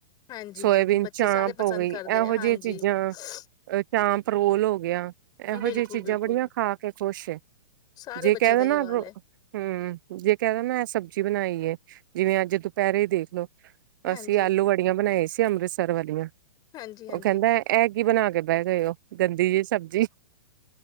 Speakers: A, on the left; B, on the right.
A: ਹਾਂਜੀ,
B: ਸੋਇਆਬੀਨ
A: ਹਾਂਜੀ ਬੱਚੇ
B: ਚਾਂਪ
A: ਸਾਰੇ ਪਸੰਦ
B: ਹੋ ਗਈ
A: ਕਰਦੇ
B: ਇਹੋ
A: ਹੈ ਹਾਂਜੀ।
B: ਜਿਹੀਆਂ ਚੀਜ਼ਾਂ
A: ਸਾ
B: ਚਾਂਪ ਰੋਲ ਹੋ ਗਿਆ। ਇਹੋ
A: ਬਿਲਕੁਲ-ਬਿਲਕੁਲ
B: ਜਿਹੀਆਂ ਚੀਜ਼ਾਂ ਬੜੀਆਂ ਖਾ ਕੇ ਖੁਸ਼ ਏ।
A: ਸਾਰੇ
B: ਜੇ
A: ਬੱਚਿਆਂ
B: ਕਹਿ ਦੋ
A: ਦਾ ਇਹੀਓ
B: ਨਾ,
A: ਹਾਲ ਹੈ
B: ਹਮ ਜੇ ਕਹਿ ਦੋ ਨਾ ਇਹ ਸਬਜ਼ੀ ਬਣਾਈ ਏ ਜਿਵੇਂ ਅੱਜ ਦੁਪਹਿਰੇ ਹੀ ਦੇਖਲੋ।
A: ਹਾਂਜੀ,
B: ਅਸੀਂ ਆਲੂ ਵਡਿਆ ਬਣਾਏ ਸੀ। ਕੇ ਅੰਮ੍ਰਿਤਸਰ ਵਾਲੀਆਂ।
A: ਹਾਂਜੀ-ਹਾਂਜੀ।
B: ਉਹ ਕਹਿੰਦਾ ਐਗ ਹੀ ਬਣਾ ਕੇ ਕਹਿ ਗਈ ਓ, ਗੰਦੀ ਜਿਹੀ ਸਬਜ਼ੀ